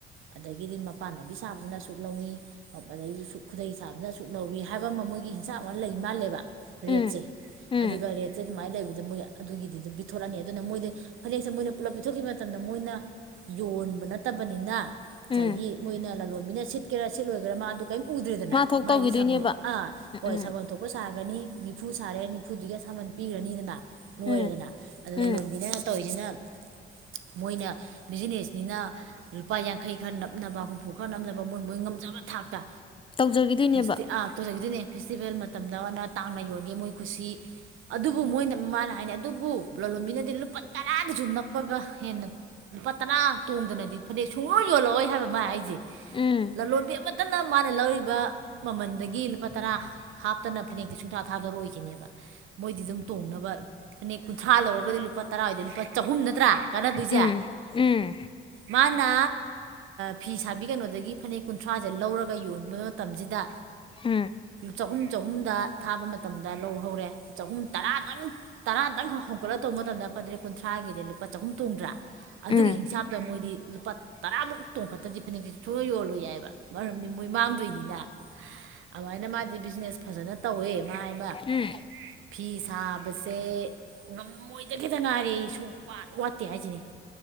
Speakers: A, on the right (about 85°); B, on the left (about 25°).
A: ꯑꯗꯒꯤꯗꯤ ꯃꯄꯥꯟꯅꯕꯤ ꯁꯥꯕꯕꯁꯤꯅ ꯑꯁꯨꯛ ꯂꯧꯏꯤ ꯃꯄꯗꯩꯗꯨ ꯁꯨꯛ ꯈꯨꯗꯩ ꯆꯕꯅ ꯑꯨꯛ ꯂꯧꯋꯤ ꯍꯥꯏꯕ ꯑꯃ ꯃꯣꯏꯒꯤ ꯍꯤꯡꯁꯥꯡ ꯑꯃ ꯂꯩ ꯃꯥꯜꯂꯦꯕ ꯔꯦꯠꯁꯦ
B: ꯎꯝ ꯎꯝ
A: ꯑꯗꯨꯒ ꯔꯦꯠꯁꯦ ꯑꯗꯨꯃꯥꯏꯅ ꯂꯩꯕꯗ ꯃꯣꯏ ꯑꯗꯨꯒꯤꯗꯤ ꯑꯗꯨꯝ ꯄꯤꯊꯣꯔꯂꯛꯅꯤ ꯑꯗꯨ ꯑꯗꯨꯅ ꯃꯣꯏꯗ ꯐꯅꯦꯛꯁꯦ ꯃꯣꯏꯅ ꯄꯨꯂꯞ ꯄꯤꯊꯣꯛꯈꯤꯕ ꯃꯇꯝꯗ ꯃꯣꯏꯅ ꯌꯣꯟꯕ ꯅꯠꯇꯕꯅꯤꯅ ꯉꯥꯏ ꯗꯒꯤ
B: ꯎꯝ
A: ꯃꯣꯏꯅ ꯂꯂꯣꯟꯕꯤꯅ ꯁꯤꯠꯀꯦꯔ ꯁꯤꯠ ꯂꯣꯏꯒꯦꯔꯥ ꯃꯥ ꯑꯗꯨ ꯀꯔꯤꯝ ꯎꯗ꯭ꯔꯦꯗꯅ
B: ꯃꯥ ꯊꯣꯛ
A: ꯃꯥꯏꯗꯤ
B: ꯇꯧꯈꯤꯗꯣꯏꯅꯦꯕ
A: ꯁꯥ ꯑꯥ ꯍꯣꯏ
B: ꯎꯝ
A: ꯁꯥꯒꯝ ꯊꯣꯛꯄ ꯁꯥ ꯒꯅꯤ ꯅꯤꯐꯨ ꯁꯥꯔꯦ ꯅꯤꯐꯨꯗꯨꯒꯤ ꯁꯥꯃꯟ ꯄꯤꯈ꯭ꯔꯅꯤꯗꯅ ꯂꯣꯏꯔꯦꯗꯅ
B: ꯎꯝ
A: ꯑꯗꯨꯅ
B: ꯎꯝ
A: ꯂꯣꯟꯕꯤꯅ ꯇꯧꯔꯤꯁꯤꯅ ꯃꯣꯏꯅ ꯕꯤꯖꯤꯅꯦꯁꯅꯤꯅ ꯂꯨꯄꯥ ꯌꯥꯡꯈꯩ ꯈꯔ ꯅꯞꯅꯕ ꯍꯨꯝꯐꯨ ꯈꯔ ꯅꯞꯅꯕ ꯃꯣꯏ ꯃꯣꯏ ꯐꯖꯕ ꯊꯥꯛꯇ
B: ꯇꯧꯖꯈꯤꯗꯣꯏꯅꯦꯕ
A: ꯐꯦꯁꯇꯤ ꯇꯧꯖꯈꯤꯗꯨꯣꯏꯅꯦ ꯐꯦꯁꯇꯤꯚꯦꯜ ꯃꯇꯝꯗꯅ ꯇꯥꯡꯅ ꯌꯣꯟꯒꯦ ꯃꯣꯏ ꯈꯨꯁꯤ ꯑꯗꯨꯕꯨ ꯃꯣꯏꯅ ꯃꯥꯅ ꯍꯥꯏꯅ ꯑꯗꯨꯕꯨ ꯂꯂꯣꯟꯕꯤꯅꯗꯤ ꯂꯨꯄꯥ ꯇꯔꯥꯗꯁꯨ ꯅꯞꯄꯒ ꯍꯦꯟꯅ ꯂꯨꯄꯥ ꯇꯅꯥꯥ ꯇꯣꯡꯗꯅꯗꯤ ꯐꯅꯦꯛ ꯁꯨꯡꯂꯣ ꯌꯣꯜꯂꯛꯑꯣꯏ ꯍꯥꯏꯕ ꯃꯥ ꯑꯩꯁꯦ
B: ꯎꯝ
A: ꯂꯂꯣꯟꯕꯤ ꯑꯃꯠꯇꯅ ꯃꯥꯅ ꯂꯧꯔꯤꯕ ꯃꯃꯜꯗꯒꯤ ꯂꯨꯄꯥ ꯇꯔꯥ ꯍꯥꯞꯇꯅ ꯐꯅꯛꯇꯤ ꯁꯨꯡꯇꯥ ꯊꯥꯗꯣꯔꯛꯏꯈꯤꯅꯦꯕ ꯃꯣꯏꯗꯤ ꯑꯗꯨꯝ ꯇꯣꯡꯅꯕ ꯐꯅꯦꯛ ꯀꯨꯟꯊ꯭ꯔꯥ ꯂꯧꯔꯒꯗꯤ ꯂꯨꯄꯥ ꯇꯔꯥ ꯑꯣꯏꯗꯣꯏ ꯂꯨꯄꯥ ꯆꯍꯨꯝ ꯅꯠꯇ꯭ꯔꯥ ꯀꯥꯟꯅꯗꯣꯏꯁꯦ
B: ꯎꯝ ꯎꯝ
A: ꯃꯥꯅ ꯐꯤ ꯁꯥꯕꯤ ꯀꯩꯅꯣꯗꯒꯤ ꯐꯅꯦꯛ ꯀꯨꯟꯊ꯭ꯔꯥ ꯁ ꯂꯧꯔꯒ ꯌꯣꯟꯕ ꯃꯇꯝꯁꯤꯗ
B: ꯎꯝ
A: ꯆꯍꯨꯝ ꯆꯍꯨꯝꯗ ꯊꯥꯕ ꯃꯇꯝꯗ ꯂꯧ ꯍꯧꯔꯦ ꯆꯍꯨꯝ ꯇꯔꯥꯗꯪ ꯇꯔꯥꯗꯪ ꯍꯧ ꯍꯣꯡꯒꯠꯂ ꯇꯧꯕ ꯃꯇꯝꯗ ꯐꯇ꯭ꯔꯦꯠ ꯀꯨꯟꯊ꯭ꯔꯥꯒꯤꯗꯤ ꯂꯨꯄꯥ ꯆꯍꯨꯝ ꯇꯣꯡꯗ꯭ꯔꯥ ꯑꯗꯨꯒꯤ
B: ꯎꯝ
A: ꯍꯤꯡꯁꯥꯞꯇ ꯃꯣꯏꯗꯤ ꯂꯨꯄꯥ ꯇꯔꯥꯃꯨꯛ ꯇꯣꯡꯈꯠꯇ꯭ꯔꯗꯤ ꯐꯅꯦꯛꯁ ꯁꯨꯡ ꯌꯣꯜꯂꯣꯏ ꯌꯥꯕ ꯃꯔꯝꯗꯤ ꯃꯣꯏ ꯃꯥꯡꯗꯣꯏꯅꯤꯅ ꯑꯗꯨꯃꯥꯏꯅ ꯃꯥꯗꯤ ꯕꯤꯖꯤꯅꯦꯁ ꯐꯖꯅ ꯇꯧꯋꯦ ꯃꯥꯏ ꯑꯃ
B: ꯎꯝ
A: ꯐꯤ ꯁꯥꯕꯁꯦ ꯉꯝꯃꯉꯣꯏꯗꯒꯤꯦꯇ ꯅꯥꯔꯦ ꯑꯩ ꯁꯨꯡ ꯋꯥꯠ ꯋꯥꯠꯇꯦ ꯍꯥꯏꯁꯤꯅꯤ